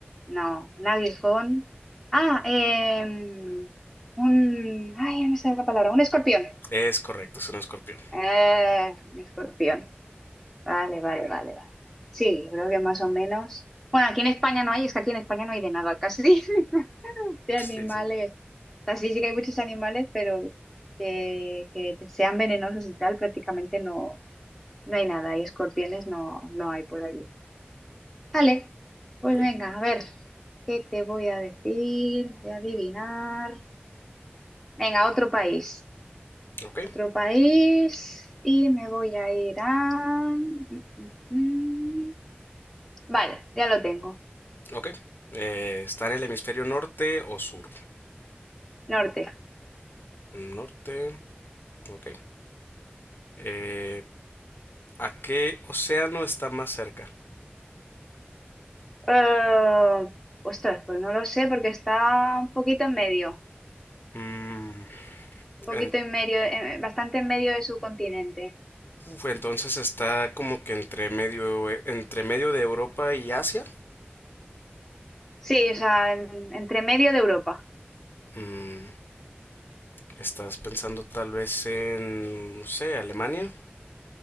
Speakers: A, in the centre; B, on the left.
A: No, un aguijón. Ah, em, un. Ay, no me sale la palabra. Un escorpión.
B: es correcto, es un escorpión.
A: Eh, un escorpión. Vale, vale, vale, vale. Sí, yo creo que más o menos. Bueno, aquí en España no hay, es que aquí en España no hay de nada casi, <laughs> de
B: Sí,
A: animales.
B: sí.
A: O sea, sí, sí que hay muchos animales, pero que, que sean venenosos y tal, prácticamente no, no hay nada. Y escorpiones no, no hay por allí. Vale, pues
B: Ok,
A: venga, a ver, ¿qué te voy a decir? Voy a adivinar. Venga, otro país.
B: ok.
A: Otro país. Y me voy a ir a... Mm, mm, mm. Vale, ya lo tengo.
B: Ok. Eh, ¿está en el hemisferio norte o sur?
A: Norte.
B: Norte. Ok. Eh, ¿a qué océano está más cerca?
A: Eh, ostras, pues no lo sé porque está un poquito en medio,
B: Mm,
A: un poquito
B: en-
A: en medio, eh, bastante en medio del subcontinente.
B: uf, entonces está como que entre medio, entre medio de Europa y Asia.
A: Sí, o sea, en- entre medio de Europa.
B: Mm, ¿estás pensando tal vez en, no sé, Alemania?